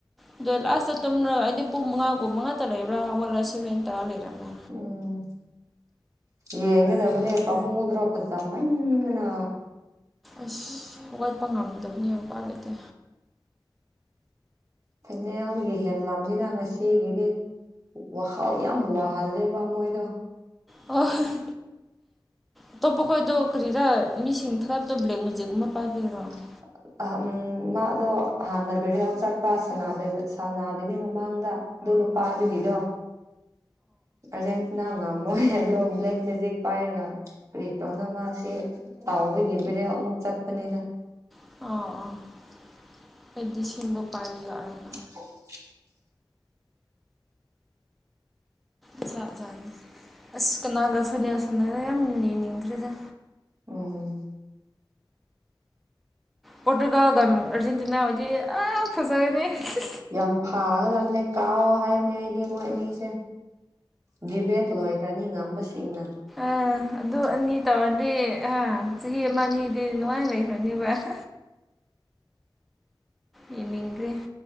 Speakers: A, in the centre; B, on the right.
A: ꯑꯗꯣ ꯂꯥꯁꯇ ꯇꯨꯝꯔꯒ ꯑꯩꯗꯤ ꯄꯨꯡ ꯃꯉꯥꯒꯨꯝ ꯃꯉꯥꯇ ꯂꯩꯕꯔꯥ ꯍꯧꯒꯠꯂ ꯁꯚꯦꯟ ꯇꯥꯔ ꯂꯩꯔꯝꯃꯦ
B: ꯎꯝ ꯌꯦꯡꯒꯗꯕꯅꯦ ꯄꯥꯝꯃꯨꯗꯔꯣ ꯐꯖ ꯃꯟꯗꯅ
A: ꯑꯁ ꯍꯧꯒꯠꯄ ꯉꯝꯗꯕꯅꯦ ꯃꯄꯥ ꯂꯩꯇꯦ
B: ꯐꯩꯅꯦꯜ <unintelligible> ꯌꯦꯍꯦꯟꯂꯝꯅꯤꯗ ꯉꯁꯤꯒꯤꯗꯤ ꯋꯥꯍꯥꯎ ꯌꯥꯝ ꯋꯥꯍꯜꯂꯦꯕ ꯃꯣꯏꯗꯣ
A: ꯑꯣ <unintelligible> <inaudible> ꯑꯇꯣꯞꯄ ꯑꯩꯈꯣꯏꯗꯣ ꯀꯔꯤꯔꯥ ꯃꯤꯁꯤꯡ ꯊꯥꯕꯗꯣ ꯕ꯭ꯂꯦꯛ ꯃꯦꯖꯤꯛ ꯑꯃ ꯄꯥꯏꯕꯤꯔꯣ <unintelligible> <inaudible>
B: <inaudible> <unintelligible> ꯎ ꯃꯥꯗꯣ ꯍꯥꯟꯅ ꯕꯦꯔꯦꯜ ꯆꯠꯄ ꯁꯅꯥꯗꯦꯕꯤ ꯁꯅꯥꯗꯦꯕꯤ ꯃꯃꯥꯡꯗ ꯑꯗꯨ ꯅꯨꯞ <unintelligible> ꯄꯥꯗꯕꯤꯗꯣ ꯑꯔꯖꯦꯟꯇꯤꯅꯥ ꯉꯝꯃꯣꯏ ꯑꯗꯣ ꯕ꯭ꯂꯦꯛ ꯃꯦꯖꯤꯛ ꯄꯥꯏꯔꯒ ꯀꯔꯤꯛꯇꯧꯅ ꯃꯥꯁꯤ <unintelligible> ꯇꯥꯎꯍꯕꯒꯤ ꯕꯦꯔꯦꯜ ꯑꯃꯨꯛ ꯆꯠꯄꯅꯦꯗ
A: ꯑꯣ ꯑꯣ <unintelligible> ꯍꯥꯏꯗꯤ ꯁꯤꯡꯕ ꯄꯥꯏꯔꯤ ꯌꯥꯔ <unintelligible>
B: <unintelligible> <inaudible>
A: ꯥ <unintelligible> ꯖꯥꯅꯤ ꯑꯁ ꯀꯅꯥꯒ ꯐꯅꯦꯜ ꯁꯅꯔ <unintelligible> ꯌꯥꯝ ꯌꯦꯡꯅꯤꯡꯈꯔꯦꯗ
B: ꯎꯝ
A: ꯄꯣꯔꯇꯨꯒꯜꯒ <unintelligible> ꯑꯔꯖꯦꯟꯇꯤꯅꯥ <unintelligible> ꯍꯣꯏꯗꯤ ꯐꯖꯒꯅꯦ <unintelligible>
B: ꯌꯥꯝ ꯐꯥꯒꯗꯕꯅꯦ ꯀꯥꯎ ꯍꯥꯏꯕꯅꯦ ꯑꯩꯗꯤ ꯃꯣꯏ ꯑꯅꯤꯁꯦ ꯗꯤꯕꯦꯠ ꯂꯣꯏꯈ꯭ꯔꯅꯤ ꯉꯝꯕꯁꯤꯡꯅ <unintelligible>
A: ꯑꯥ ꯑꯗꯨ ꯑꯅꯤ ꯇꯧꯔꯗꯤ ꯑ ꯆꯍꯤ ꯑꯃ ꯑꯅꯤꯗꯤ ꯅꯨꯡꯉꯥꯏꯅꯩ <unintelligible> ꯈꯔꯅꯤꯕ <unintelligible> ꯌꯦꯟꯅꯤꯡꯒꯔꯦ